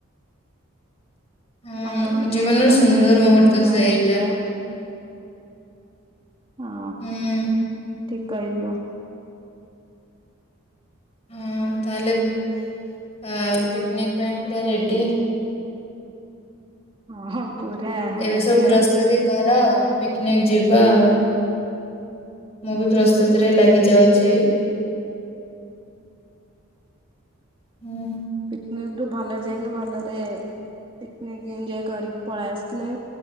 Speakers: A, on the left; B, on the right.
A: ହଁ
B: ସାଙ୍ଗମାନେ,
A: ଜୀବନର
B: ପରିବାର
A: ସୁନ୍ଦର
B: ସହ
A: ମୁହୂର୍ତ୍ତ
B: ସମୟ
A: ସେଇଟା
B: କାଟିବା। ହଁ।
A: ହୁଁ।
B: ଠିକ କହିଲୁ।
A: ହଁ, ତାହେଲେ ଏ ପିକ୍ନିକ୍ ପାଇଁ ପୁରା ରେଡ଼ି।
B: ହଁ ହଁ, ପୁରା
A: ଏବେ
B: ରେଡି
A: ସବୁ ପ୍ରସ୍ତୁତି
B: ଆଉ।
A: କର ପିକନିକ ଯିବା ଆଉ। ମୁଁ ବି ପ୍ରସ୍ତୁତିରେ
B: ହଁ
A: ଲାଗିଯାଉଛି। ହୁଁ
B: ପିକ୍ନିକ ରୁ ଭଲରେ ଯାଇକି ଭଲରେ ପିକନିକ ଏନଜୟ କରିିକି ପଳେଇ ଆସିଲେ